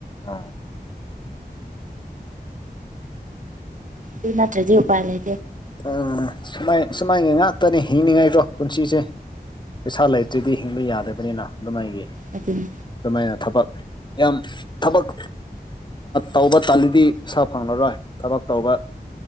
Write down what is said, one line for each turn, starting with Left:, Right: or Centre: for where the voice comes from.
Left: ꯎ
Right: ꯑꯗꯨ ꯃꯥ꯭ꯔꯗꯤ ꯎꯄꯥꯏ ꯂꯩ
Left: ꯎ ꯁꯨꯃꯥꯏ ꯑꯁꯨꯃꯥꯏ ꯉꯥꯛꯇꯅꯤ ꯍꯤꯡꯂꯤꯉꯥꯏꯗꯣ ꯄꯨꯟꯁꯤꯁꯦ ꯄꯩꯁꯥ ꯂꯩꯇ꯭ꯔꯤꯗꯤ ꯍꯤꯡꯕ ꯌꯥꯗꯕꯅꯤꯅ ꯑꯗꯨꯃꯥꯏꯒꯤ
Right: ꯑꯗꯨꯅꯤ
Left: ꯑꯗꯨꯃꯥꯏꯅ ꯊꯕꯛ ꯌꯥꯝ ꯊꯕꯛ ꯇꯧꯕ ꯇꯥꯜꯂꯤꯗꯤ ꯄꯩꯁꯥ ꯐꯪꯂꯪꯂꯔꯣꯏ ꯍꯣꯏ ꯊꯕꯛ ꯇꯧꯕ